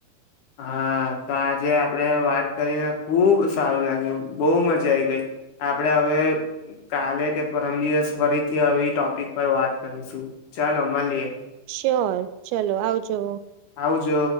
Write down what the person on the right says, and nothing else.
શ્યોર ચલો આવજો